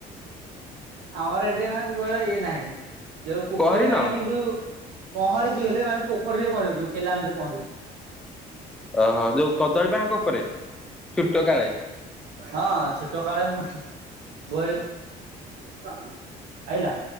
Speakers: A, on the right (about 85°); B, in the centre.
A: ଆମର ଏଠି ମାନେ କ ଇଏ ନାହିଁ ଯୋଉ ପୋଖରୀ
B: ପହରିନ
A: ନାହିଁ କିନ୍ତୁ ପହଁରିଛୁ ହେଲେ ମାନେ ପୋଖରୀରେ ପହଁରରୁନୁ କେଲାନ ରେ ପହଁରିଛୁ।
B: ଓହୋ ଯୋଉ କଦଳୀ ବାଙ୍କ ଉପରେ। ଛୋଟ କାଳେ
A: ହଁ ଛୋଟ କାଳେ ମୁଁ। ଗ ଆଇଲା